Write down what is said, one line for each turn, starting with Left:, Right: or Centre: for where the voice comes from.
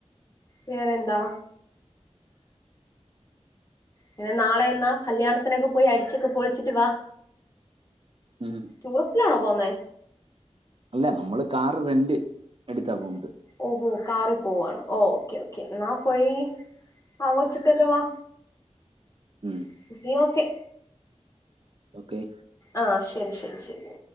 Left: വേറെന്താ പിന്നെ നാളെ എന്നാ കല്യാണത്തിനൊക്കെ പോയി അടിച്ചൊക്കെ പൊളിച്ചിട്ട് വാ
Right: ഉം
Left: ടൂറിസ്റ്റിലാണോ പോവ്ന്നേ
Right: അല്ല നമ്മള് കാർ റെന്റ് എടുത്താ പോവ്ണ്ടേ
Left: ഓഹോ കാറിൽ പോവാണോ ഓ ഓക്കെ ഓക്കെ എന്നാ പോയി ആഘോഷിച്ചിട്ടൊക്കെ വാ
Right: ഉം
Left: <unintelligible> ഓക്കെ
Right: ഓക്കെ
Left: ആഹ് ശരി ശരി ശരി